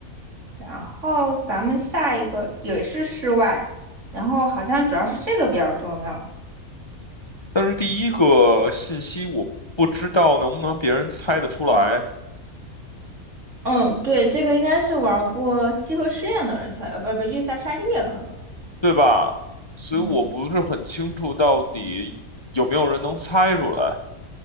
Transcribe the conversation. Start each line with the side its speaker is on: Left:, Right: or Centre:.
Right: 然后咱们下一个也是室外，然后好像主要是这个比较重要。
Left: 嗯。但是第一个信息我不知道能不能别人猜得出来，
Right: 嗯，对，这个应该是玩过西河试验的人才，呃，不是不是月下沙利叶可能，
Left: 对吧？所以我不是很清楚到底有没有人能猜出来。
Right: 嗯，